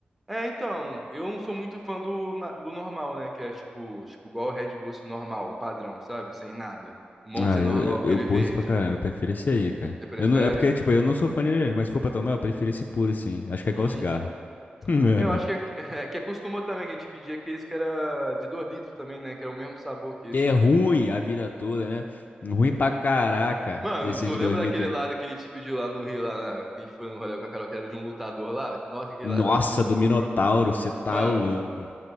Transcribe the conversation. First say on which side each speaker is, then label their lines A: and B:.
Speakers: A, in the centre; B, on the left.
A: é então, eu não sou muito fã do, na- do normal, né? Que é tipo, tipo igual o Red Bull assim, normal, padrão, sabe? Sem nada. O Monster
B: Ah, eu,
A: normal,
B: eu,
A: aquele
B: eu curto
A: verde.
B: pra caramba, eu prefiro esse aí, cara.
A: Você prefere?
B: Eu não, é porque, tipo, eu não sou fã de energético, mas se for pra tomar, eu prefiro esse puro, assim. Acho que é igual
A: Uhum.
B: cigarro. <laughs>
A: Eu acho que é, <laughs> é que acostumou também que a gente pedia aqueles que era de 2 litros também, né? Que era o mesmo sabor que esses,
B: Que é ruim
A: né?
B: a vida toda, né? Ruim pra caraca,
A: Mano,
B: desses
A: tu
B: de
A: lembra
B: dois litros
A: daquele
B: aí.
A: lado que a gente pediu lá no Rio, lá na... que a gente foi no rolê com a Carol, que era de um lutador lá? Nossa, aquele
B: Nossa,
A: lá era muito
B: do Minotauro,
A: ruim.
B: você tá
A: Mano,
B: louco.